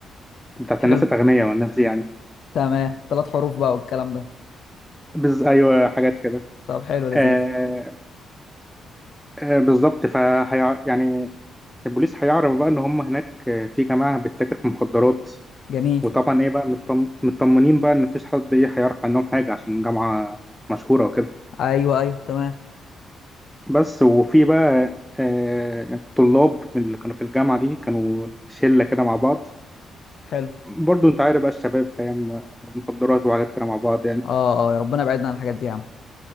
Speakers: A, in the centre; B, on the left (about 65°).
A: بتاعت
B: حلو
A: الناس الأغنياء والناس دي يعني
B: تمام ثلاث حروف بقى والكلام ده
A: بز... أيوة حاجات كده
B: طب حلو لذيذ
A: آه، آه، بالظبط فهي يعني البوليس هيعرف بقى إن هم هناك آه، في جماعة بتتاجر في مخدرات
B: جميل
A: وطبعا إيه بقى مطم... مطمنين بقى إن مفيش حد إيه هيعرف عنهم حاجة عشان جامعة مشهورة وكده
B: ايوه ايوه تمام
A: بس وفي بقى آه، طلاب من اللي كانوا في الجامعة دي كانوا شلة كده مع بعض
B: حلو
A: برضو أنت عارف بقى الشباب فاهم مخدرات وحاجات كده مع بعض يعني
B: اه اه يا ربنا يبعدنا عن الحاجات دي يا عم